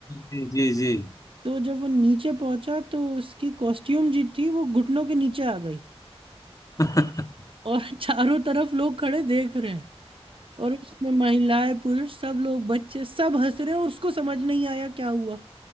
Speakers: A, on the left (about 35°); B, on the right (about 55°).
A: जी जी जी
B: तो जब वो नीचे पहुंचा तो उसकी कॉस्ट्यूम जी थी वो घुटनों के नीचे आ गई
A: <laughs>
B: और <laughs> चारों तरफ लोग खड़े देख रहे हैं और उसमें महिलाएं पुरुष सब लोग बच्चे सब हंस रहे हैं और उसको समझ नहीं आया क्या हुआ